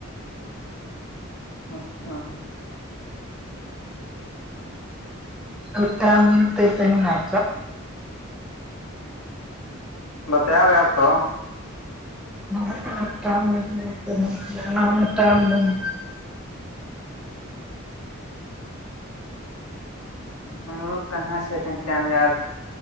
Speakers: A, on the left; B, in the centre.
A: अच्छा
B: ओतअ टाइम मिलतै तहिमे आबी जाऊ
A: बतायब आब तऽ
B: <unintelligible>
A: हमरो कहाँ छै अखैन टाइम यार